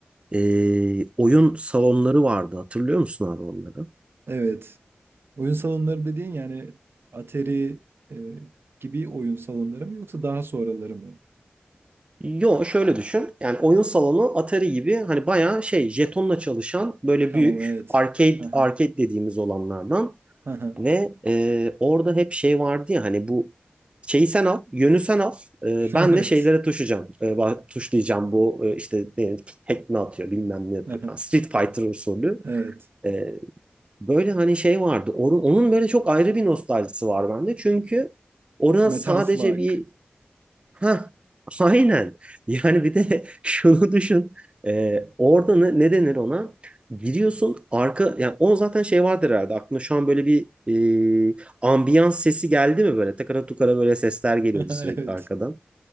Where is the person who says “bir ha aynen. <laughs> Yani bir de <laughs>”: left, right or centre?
Right